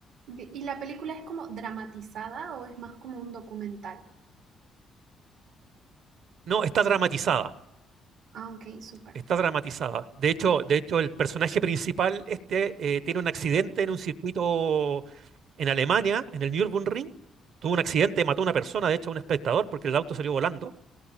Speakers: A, on the right; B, on the right.
A: y la película es como dramatizada o es más como un documental?
B: No, está dramatizada.
A: Ah, ok, súper.
B: Está dramatizada. De hecho, de hecho, el personaje principal este eh, tiene un accidente en un circuito en Alemania, en el Nürburgring. Tuvo un accidente, mató a una persona, de hecho, a un espectador, porque el auto salió volando.